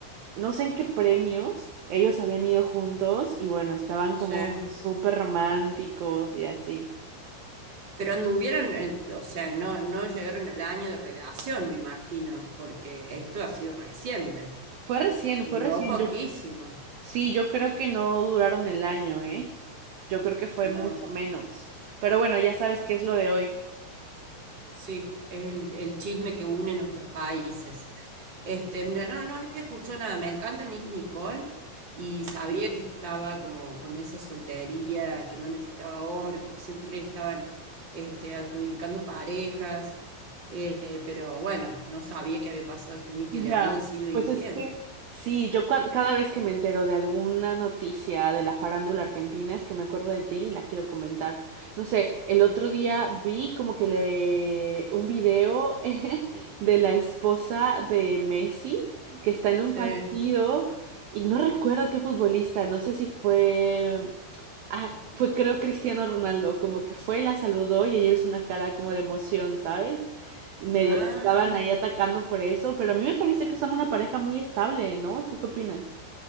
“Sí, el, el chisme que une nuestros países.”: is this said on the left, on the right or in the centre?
Right